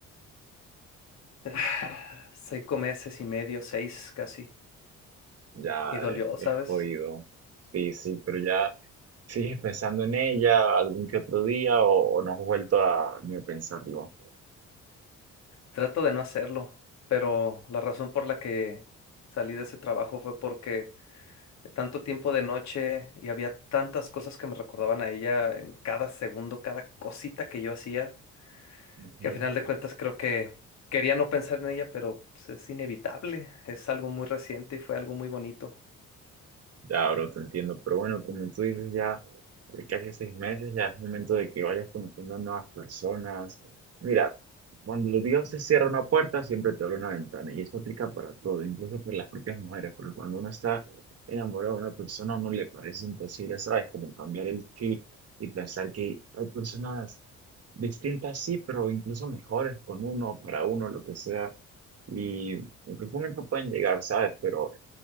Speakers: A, on the left; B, on the right.
A: <sighs> cinco meses y medio, seis casi,
B: Ya,
A: y dolió,
B: eh,
A: ¿sabes?
B: es jodido. Sí, sí, pero ya sigues pensando en ella algún que otro día o, o no has vuelto a ni a pensarlo.
A: Trato de no hacerlo, pero la razón por la que salí de ese trabajo fue porque tanto tiempo de noche y había tantas cosas que me recordaban a ella en cada segundo, cada cosita que yo hacía,
B: Ujú.
A: que a final de cuentas creo que quería no pensar en ella, pero pues, es inevitable, es algo muy reciente y fue algo muy bonito.
B: Ya, bro, te entiendo. Pero bueno, como tú dices, ya. de casi seis meses, ya es momento de que vayas conociendo nuevas personas. Mira, cuando los Dios te cierra una puerta, siempre te abre una ventana, y eso aplica para todo, incluso para las propias mujeres, porque cuando uno está enamorado de una persona, a uno le parece imposible, ¿sabes? Como cambiar el chip y pensar que hay personas distintas, sí, pero incluso mejores con uno, para uno, lo que sea, y en qué momento pueden llegar, ¿sabes? Pero